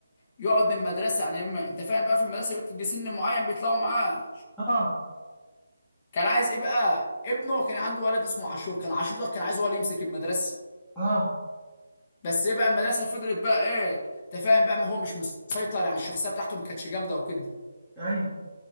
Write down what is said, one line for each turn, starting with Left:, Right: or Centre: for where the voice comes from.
Left: يقعد من المدرسه يعني لما انت فاهم بقى في المدرسه بتجي سن معين بيطلعوا معاه
Centre: اه
Left: كان عايز ايه بقى ابنه كان عنده ولد اسمه عاشور كان عاشور ده كان عايز هو اللي يمسك المدرسه
Centre: اه
Left: بس ايه بقى المدرسه فضلت بقى ايه انت فاهم بقى ما هو مش مسيطر يعني الشخصيه بتاعته ما كانتش جامده وكده
Centre: ايوه